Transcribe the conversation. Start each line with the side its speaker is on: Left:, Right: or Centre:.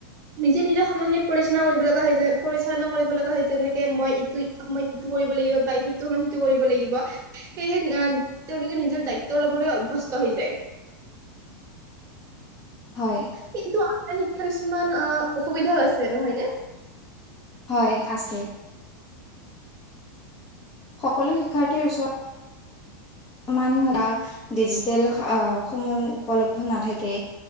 Right: নিজে নিজৰ সময়খিনি পৰিচ না কৰিব লগা যায় পৰিচালনা কৰিব লগা হয় যেনেকে মই ইটো সময়ত ইটো কৰিব লাগিব বা সেইটো সময়ত সিটো কৰিব লাগিব সেয়েহে তেওঁলোকে নিজৰ দায়িত্ব ল'বলৈ অভ্যস্ত হৈ যায়।
Left: হয়
Right: কিন্তু অনলাইন শিক্ষা, কিছুমান অ', অসুবিধাও আছে নহয় নে?
Left: হয় আছে সকলো শিক্ষাৰ্থীৰ ওচৰত কিছুমান বা ডিজিটেল আ, সমূহ উপলব্ধ নাথাকে